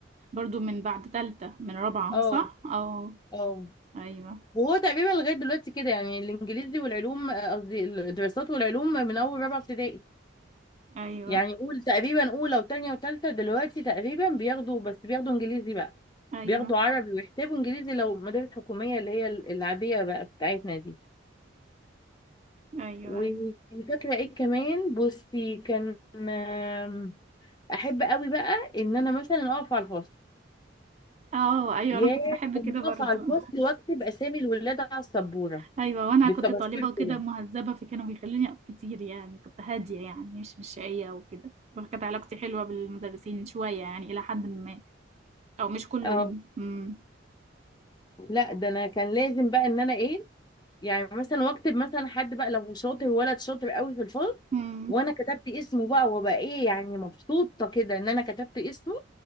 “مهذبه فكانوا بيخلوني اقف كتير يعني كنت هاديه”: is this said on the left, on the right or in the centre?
Right